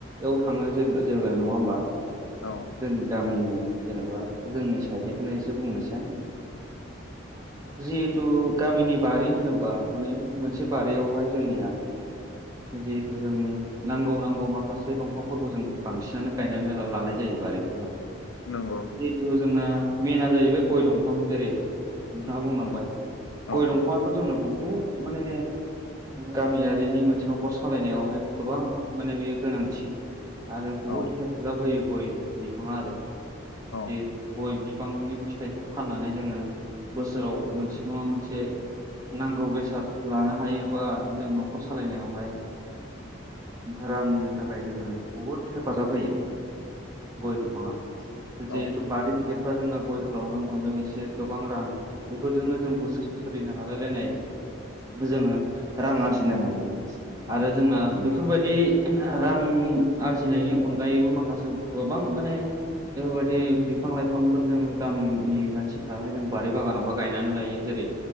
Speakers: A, on the right; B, on the left.
A: औ थाङो जे जेब्ला नङा होमबा
B: औ
A: जोंनि गामि। जेनेबा जोंनि साइडनिखौनो एसे बुंनोसै जिहेथु। गामिनि बारि होनोब्ला माने मोनसे बारियावहाय जोंनिया। जेहुथू जोंनि। नांगौ नांगौ माखासे दंफांफोरखौ जों बांसिनानो गायनानै लानाय जायो बारिफ्रावहाय।
B: नंगौ।
A: जिहेथु जोंना मेन जाहैबाय गय दंफां जेरै नोंथाङा बुंलांबाय
B: औ औ
A: गय दंफाङाथ' जोंनो बहु द माने गामियारिनि मोनसे न'खर सालायनायावहाय गोबां माने होयो गोनांथि आरो बुहुद
B: औ
A: हेफाजाब होयो गय बिफाङा आरो।
B: औ
A: जेहुथु गय बिफांनि फिथाइखौ फाननानै जोङो बोसोराव मोनसे नङा मोनसे नांगौ बेसाद लानो हायो बा जों न'खर सालायनायावहाय। बिफोर रांनि थाखाय जोंनो बुहुद हेफाजाब होयो। गय दंफाङा, जिहेतु
B: औ
A: बारि गिदिर फ्रा जोंना गयफोरावनो मोनो एसे गोबां रां बेफोरजोंनो जों बोसोरसे सोलिनो रायलायलायनाय जोङो रां आरजिनो हायो
B: औ
A: आरो जोंना। बेफोरबायदि रां आरजिनायनि अनगायैबो माखासे गोबां माने बेफोरबायदि बिफां लाइफांफोरजों गामिनि मानसिफ्राहाय जों बारि बागानावहाय गायनानै लायो जेरै